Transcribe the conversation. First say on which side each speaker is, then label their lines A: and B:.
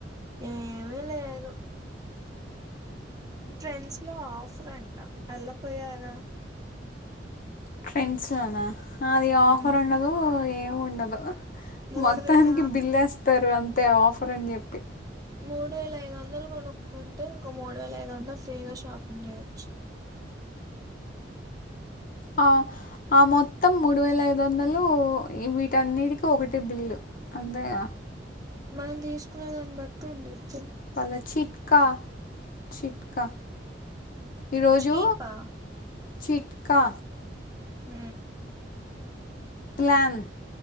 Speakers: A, on the right (about 20°); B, on the left (about 50°).
A: ఏమీలేదు ట్రెండ్స్ లో ఆఫర్ అంటా వెళ్ళపోయారా
B: ట్రెండ్స్లోనా అది ఆఫర్
A: ఉమ్
B: ఉండదు ఏమ్ ఉండదు
A: మూడు
B: మొత్తానికి
A: వేల
B: బిల్ వేస్తారు అంతే ఆఫర్ అని చెప్పి
A: మూడు వేల ఐదు వందలు కొనుక్కుంటే ఇంకా మూడు వేల ఐదు వందలు ఫ్రీగా షాపింగ్ చేయచ్చు
B: ఆ ఆ మొత్తం మూడు వేల ఐదు తదొందలు వీటన్నిటికీ ఒకటి బిల్లు అంతే అంతేగా
A: మనం తీసుకునే దాన్ని బట్టి ఉండదీ
B: మన చిట్కా చిట్కా ఈరోజు
A: చీపా
B: చిట్కా
A: ఉ
B: ప్లన్